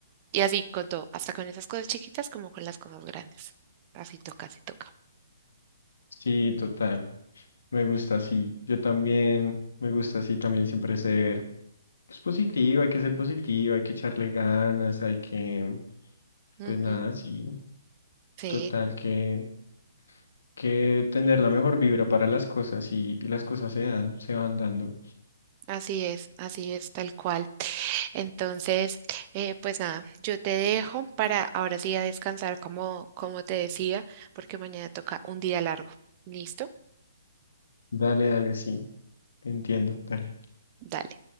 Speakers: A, on the right; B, on the left.
A: Y así con todo, hasta con esas cosas chiquitas como con las cosas grandes. Así toca, así toca.
B: Sí, total. Me gusta así. Yo también me gusta así también siempre ser pues, positivo, hay que ser positivo, hay que echarle ganas, hay que,
A: Ujú,
B: pues nada, sí.
A: Sí,
B: Total, que, que tener la mejor vibra para las cosas y, y las cosas se dan, se van dando.
A: así es, así es, tal cual. Entonces, eh, pues nada, yo te dejo para ahora sí a descansar como, como te decía, porque mañana toca un día largo. ¿Listo?
B: Dale, dale, sí. Entiendo, dale.
A: Dale.